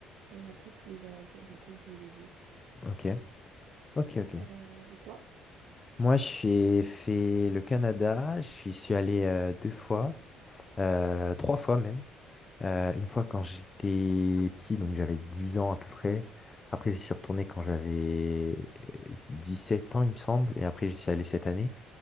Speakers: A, on the right; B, on the left.
A: et un peu tous les alentours. J'ai un peu oublié les villes.
B: ok, ok, ok.
A: Euh, et toi?
B: Moi, je suis fait le Canada. Je suis allé euh, deux fois. Euh, trois fois même. Euh, une fois quand j'étais petit, donc j'avais 10 ans à peu près. Après, j'y suis retourné quand j'avais euh, sept ans, il me semble. Et après, j'y suis allé cette année